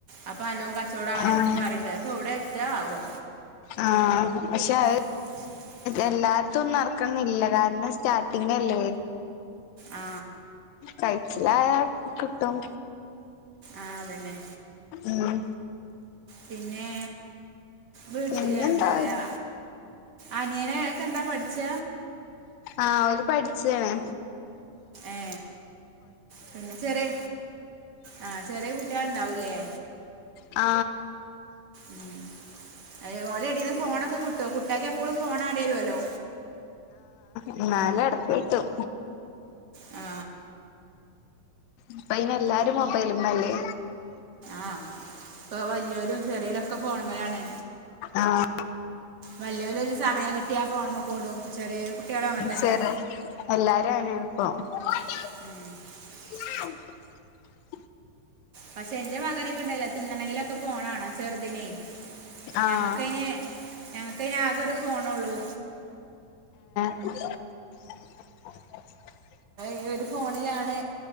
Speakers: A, on the right; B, on the left.
A: അപ്പൊ നല്ലോം ക ച്ചോടാവൂലെ
B: ആഹ്
A: <unintelligible> എന്നൊക്കെ പറയ്ണ്ട് ഒക്കെ ഇവിടെ എത്ത്അ ആവോ
B: ആ പക്ഷെ ആ
A: <inaudible>
B: എല്ലാർത്തും നടക്കണംന്നില്ല കാരണം സ്റ്റാർട്ടിങ്ങല്ലേ
A: ആ
B: കഴിച്ചില്ലാ കിട്ടും
A: ആ അതന്നെ
B: ഉം
A: പിന്നെ വീട്ടിൽ
B: പിന്നെന്താ
A: എന്താ പറയുക അനിയനെ ഒക്കെ എന്താ പഠിച്ച
B: ആ ഒര് പഠിച്ചയാണ്
A: എ പിന്നെ ചെറിയ ആ ചെറിയ കുട്ടികള് ഉണ്ടാവൂല്ലേ
B: ആ
A: ഉം അ ഓല എടെന്ന് ഫോണൊക്കെ കിട്ടുവോ കുട്ടികക്ക് എപ്പഴും ഫോണാണ്ടിവരുവല്ലോ
B: എന്നാല് എടക്ക്‌ കിട്ടും
A: ആ
B: ഇപ്പം അയിന് എല്ലാരും മൊബൈലന്നല്ലേ
A: ആഹ് ഇപ്പം വലിയൊരും ചെറിയയിലൊക്കെ ഫോണും മേലാണ്
B: ആഹ്
A: വലിയരായാലും സമയം കിട്ടിയാ ഫോണമോ കൂടും ചെറിയ കുട്ടികളും അങ്ങനെ തന്നെ
B: ചെറ് എല്ലാരും <unintelligible>
A: <inaudible>
B: <inaudible>
A: പക്ഷെ എന്റെ മകനൊക്കെ ഇണ്ടല്ലോ തിന്നണങ്കിലൊക്കെ ഫോൺ മാണം ചെറുതിനെ
B: ആഹ്
A: ഞങ്ങക്കന് ഞങ്ങക്കന് ആകെ ഒരു ഫോണേള്ളു
B: <inaudible>
A: ഈ ഒരു ഫോണിലാണ്